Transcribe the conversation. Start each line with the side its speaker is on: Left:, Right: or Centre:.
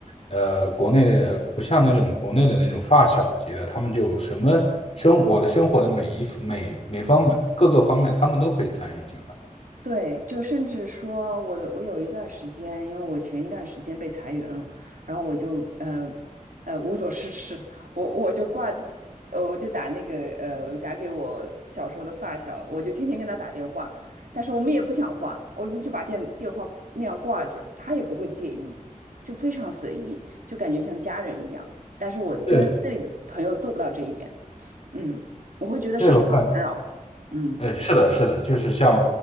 Left: 呃国内的，不像那种国内的那种发小级的，他们就什么生我的生活的每一每每方面各个方面，他们都可以参与进来。
Right: 对，就甚至说我我有一段时间，因为我前一段时间被裁员了，然后我就呃呃无所事事，我我就挂，呃我就打那个呃打给我小时候的发小，我就天天跟他打电话，但是我们也不讲话，我们就把电电话那样挂着，他也不会介意，就非常随意，就感觉像家人一样。但是我跟这里的朋友做不到这一点，
Left: 对。
Right: 嗯，我会觉得是一种打扰，
Left: 对，我感，
Right: 嗯
Left: 呃，是的，是的，就是像，